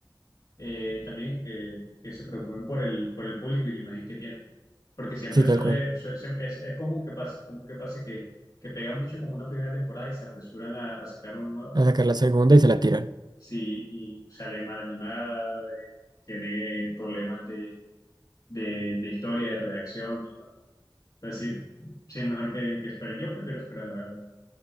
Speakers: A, on the left (about 50°); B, on the right (about 60°).
A: eh, también que, que se preocupen por el, por el público y la imagen que tienen. Porque siempre
B: Sí,
A: suele,
B: tal cual.
A: su- siem- es, es común que pase, es común que pase que, que pegan mucho como una primera temporada y se apresuran a, a sacar una nueva
B: a sacar la segunda y se la tiran.
A: Sí, y sale mal animada, eh, tiene problemas de, de, de historia, de redacción, y no. Entonces, sí, sí es mejor que, que esperen. Yo prefiero esperar, la verdad.